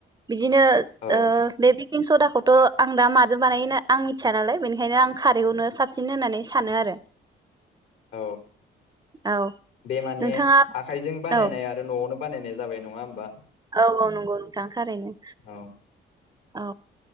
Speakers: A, on the right; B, on the left.
A: बिदिनो
B: औ
A: ओ बे बि बेखिं सदाखौथ' आं दा माजों बानायो आं मिथिया नालाय बेनिखायनों खारैखौनो साब सिन होननानै सानो आरो।
B: औ।
A: औ
B: बे माने
A: नोंथाङा
B: आखाइजों बानायनाय
A: औ
B: आरो न'आवनो बानायनाय जाबाय नङा होमबा।
A: औ- औ नंगौ नोंथां थारैनो।
B: औ
A: औ।